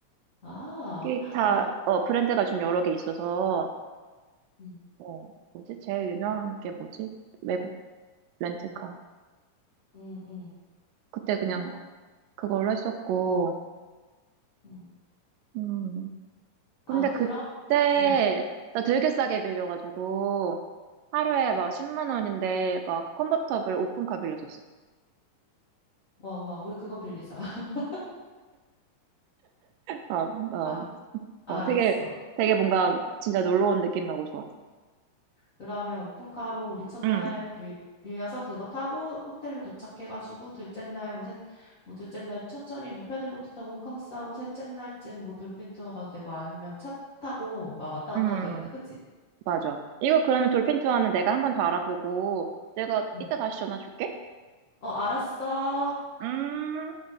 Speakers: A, on the left; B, on the right.
A: 아,
B: 기타,
A: <gasps> 야,
B: 어, 브랜드가 좀 여러 개 있어서,
A: 음,
B: 어, 뭐지? 제일 유명한 게 뭐지? 외국 렌트카.
A: 음, 음,
B: 그때 그냥
A: 그냥,
B: 그걸로 했었고,
A: 음.
B: 음, 근데
A: 아, 그럼,
B: 그때,
A: 음.
B: 나 되게 싸게 빌려가지고, 하루에
A: 음.
B: 막 10만 원인데, 막 컨버터블 오픈카 빌렸었어.
A: 와, 와, 우리 그거 빌리자. <laughs>
B: 어, 어,
A: 아, 알았어.
B: 어, 되게, 되게 뭔가 진짜 놀러 온 느낌 나고 좋았어.
A: 그러면 오픈카로 우리 첫날
B: 응,
A: 빌, 빌려서 그거 타고 호텔로 도착해가지고 둘째 날 뭐, 셋, 뭐 둘째 날 천천히 뭐 패들보트 타고 호캉스 하고 셋째 날쯤 뭐 돌핀 투어 가도 되고 아니면 차 타고 막 왔다 갔다
B: 응.
A: 해도 되겠다. 그치?
B: 맞아. 이거 그러면 돌핀 투어는 내가 한번 더 알아보고, 내가
A: 응.
B: 이따 다시 전화 줄게.
A: 어, 알았어.
B: 음.